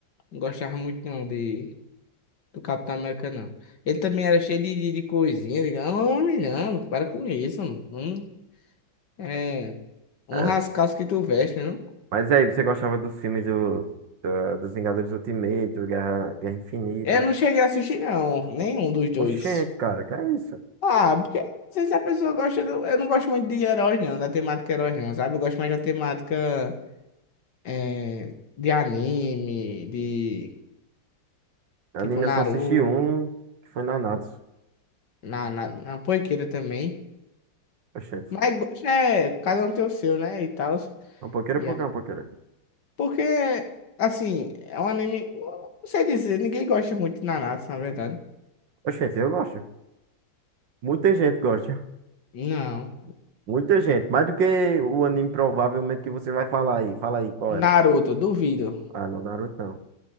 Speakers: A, on the left; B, on the right.
A: não gostava muito não de, do Capitão América, não. Ele também era cheio de, de, de coisinha. Diga, homem, não, para com isso. Mano. Hum, É, um
B: É.
A: rascalho que tu veste, não?
B: Mas e aí, você gostava dos filmes do, da- dos Vingadores Ultimate, do Guerra, Guerra Infinita?
A: Eu não cheguei a assistir, não. Nenhum dos dois.
B: Oxente, cara, que é isso?
A: Ah, porque não sei se a pessoa gosta do. Eu não gosto muito de heróis, não, da temática heróis, não, sabe? Eu gosto mais da temática eh, de anime, de
B: Anime
A: tipo Naruto,
B: eu só assisti um, que foi Nanatsu.
A: na, na, na Poiqueira também.
B: Oxente.
A: Mas gosto é. Cada um tem o seu, né? E tal.
B: É Um pouquinho,
A: E
B: um pouquinho,
A: é-
B: é um pouquinho.
A: Porque, assim, é um anime. Não sei dizer, ninguém gosta muito de Naruto, na verdade.
B: Oxente, eu gosto. Muita gente gosta.
A: Não.
B: Muita gente. Mais do que o anime provavelmente que você vai falar aí. Fala aí, qual era?
A: Naruto, duvido.
B: Ah, não, Naruto não.